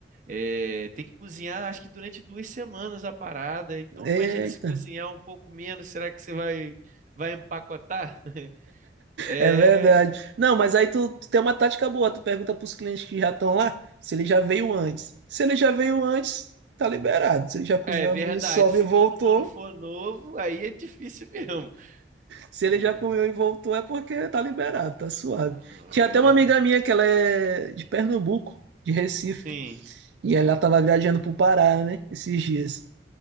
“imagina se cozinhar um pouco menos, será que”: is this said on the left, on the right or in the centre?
Right